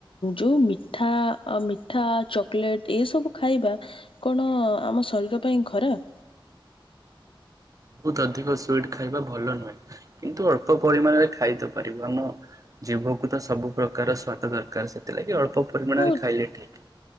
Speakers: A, on the left; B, on the right.
A: ଯୋଉ ମିଠା ମିଠା ଚକୋଲେଟ୍ ଏସବୁ ଖାଇବା କଣ ଆମ ଶରୀର ପାଇଁ ଖରାପ?
B: ବୋହୁତ ଅଧିକ ସୁଇଟ୍ ଖାଇବା ଭଲ ନୁହେଁ। କିନ୍ତୁ ଅଳ୍ପ ପରିମାଣରେ ଖାଇ ତ ପାରିବୁ ଆମ ଜୀଭକୁ ତ ସବୁ ପ୍ରକାରର ସ୍ଵାଦ ଦରକାର, ସେଥିଲାଗି ଅଳ୍ପ ପରିମାଣରେ
A: ଆଉ
B: ଖାଇଲେ ଠିକ୍।